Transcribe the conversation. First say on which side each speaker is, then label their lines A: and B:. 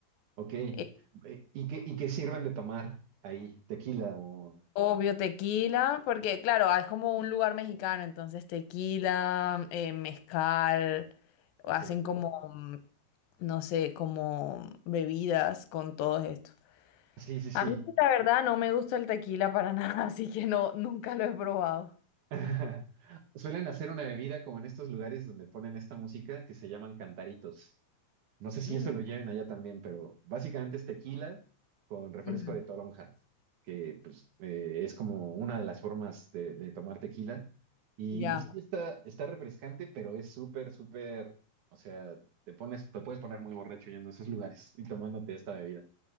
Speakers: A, on the right; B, on the left.
A: ok. Eh,
B: Eh,
A: ¿Y qué, y qué sirven de tomar ahí? ¿Tequila o...?
B: Obvio, tequila, porque claro, ah, es como un lugar mexicano, entonces tequila, eh, mezcal, hacen
A: ok, ok.
B: como, mm, no sé, como bebidas con todo esto.
A: Sí, sí, sí.
B: A mí, la verdad, no me gusta el tequila para nada, <laughs> así que no, nunca lo he probado.
A: <laughs> Suelen hacer una bebida como en estos lugares donde ponen esta música que se llaman cantaritos. No sé si
B: Mm,
A: eso lo lleven allá también, pero básicamente es tequila con refresco
B: ujú,
A: de toronja, que pues eh, es como una de las formas de, de tomar tequila. Y,
B: Ya,
A: y sí está, está refrescante, pero es súper, súper, o sea, te pones, te puedes poner muy borracho yendo a esos lugares y tomándote esta bebida.